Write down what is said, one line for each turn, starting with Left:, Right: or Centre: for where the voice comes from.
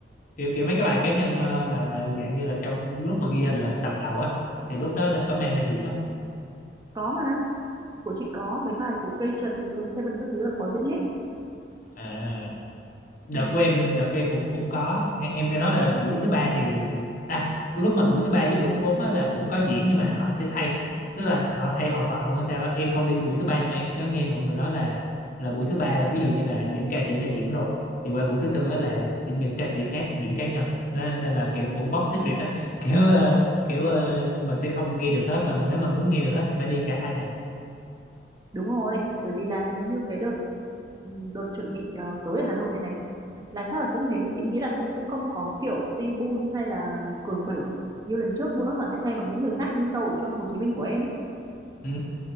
Left: kiểu kiểu mấy cái bài cá nhân ờ, mà mà dạng như là trong lúc mà ghi hình là tập đầu á thì lúc đó là có mang ra diễn không
Right: có mà của chị có mấy bài của Cây Trần với Cường Seven các thứ là có diễn hết
Left: à đợt
Right: ừ.
Left: của em đợt của em cũng cũng có nghe em nghe nói là buổi thứ ba thì thì- à lúc mà buổi thứ ba với buổi thứ bốn á là cũng có diễn nhưng mà họ sẽ thay tức là họ thay hoàn toàn luôn hay sao á. em không đi buổi thứ ba nhưng mà em có nghe mọi người nói là là buổi thứ ba là ví dụ như là những ca sĩ này diễn rồi thì qua buổi thứ tư á là sẽ những ca sĩ khác diễn cá nhân nên, nên là kiểu cũng box secret á <laughs> kiểu ờ, kiểu ờ, mình sẽ không nghe được hết mà nếu mà muốn nghe được hết thì phải đi cả hai ngày
Right: Đúng rồi, bởi vì là như cái đợt ừ, đợt chuẩn bị ờ, tới ở Hà Nội này này là chắc là cũng thế, chị nghĩ là sẽ không không có kiểu Sibun hay là Cường Bảy như lần trước nữa mà sẽ thay bằng những người khác như sâu ở trong Hồ Chí Minh của em ấy.
Left: ừ